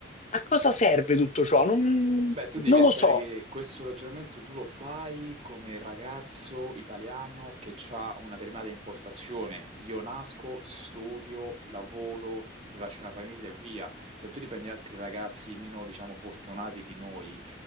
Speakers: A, on the left; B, on the right.
A: a cosa serve tutto ciò? Non,
B: Beh, tu devi
A: non
B: pensare
A: lo so.
B: che questo ragionamento tu lo fai come ragazzo italiano che ha una determinata impostazione. Io nasco, studio, lavoro, mi faccio una famiglia e via. Se tu riprendi altri ragazzi meno, diciamo, fortunati di noi,